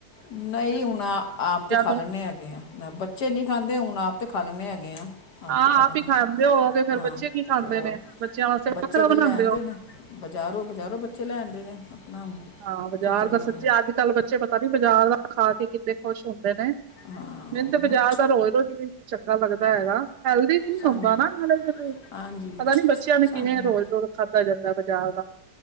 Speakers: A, on the left; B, on the right.
A: ਨਹੀਂ ਹੁਣ, ਆਪ ਤਾਂ ਖਾ
B: ਤੋਂ
A: ਲੈਂਣੇ ਹੈਗੇ ਆ। ਬੱਚੇ ਨਹੀਂ ਖਾਂਦੇ ਹੁਣ ਆਪ ਤੇ ਖਾ ਲੈਂਣੇ ਹੈਗੇ ਆ। ਆਪ
B: ਆਹ
A: ਤੇ ਖਾ ਲੈਣੇ
B: ਹੀ ਖਾਂਦੇ
A: ਆ।
B: ਹੋਗੇ ਫੇਰ
A: ਹਾਂ,
B: ਬੱਚੇ ਕੀ ਖਾਂਦੇ
A: ਤੇ ਹੋਰ
B: ਨੇ ਬੱਚਿਆਂ ਵਾਸਤੇ
A: ਬੱਚੇ
B: ਵੱਖਰਾ
A: ਫੇਰ
B: ਬਣਾਉਂਦੇ
A: ਲੈਣ
B: ਹੋ
A: ਦੇ ਨੇ ਬਜ਼ਾਰੋਂ-ਬਜ਼ਾਰੋਂ ਬੱਚੇ ਲੈਦੇ ਨੇ ਆਪਣਾ
B: ਹਾਂ, ਬਾਜ਼ਾਰ
A: ਕੀ ਕਰੀਏ
B: ਦਾ ਸੱਚੇ
A: ਹੁਣ
B: ਅੱਜ-ਕੱਲ ਬੱਚੇ ਪਤਾ ਨੀ ਬਾਜ਼ਾਰ ਦਾ ਖਾ ਕੇ ਕਿੰਨੇ ਖੁਸ਼ ਹੁੰਦੇ ਨੇ।
A: ਹਾਂ
B: ਮੈਨੂੰ
A: ਉਹ
B: ਤੇ
A: ਵੀ ਨਾ
B: ਬਾਜ਼ਾਰ ਦਾ ਰੋਜ- ਰੋਜ ਵੀਨੀ ਚੰਗਾ ਲੱਗਦਾ ਹੈਗਾ। ਹੈਲਦੀ ਵੀ ਨੀ
A: ਸਾਨੂੰ
B: ਆਉਂਦਾ ਨਾ ਨਾਲੇ ਫਿਰ,
A: ਹਾਂਜੀ
B: ਪਤਾ ਨੀ ਬੱਚਿਆਂ ਨੂੰ ਕਿਵੇਂ
A: ਸਾਨੂੰ
B: ਰੋਜ਼-ਰੋਜ਼ ਖਾਧਾ ਜਾਂਦਾ ਬਾਜ਼ਾਰ ਦਾ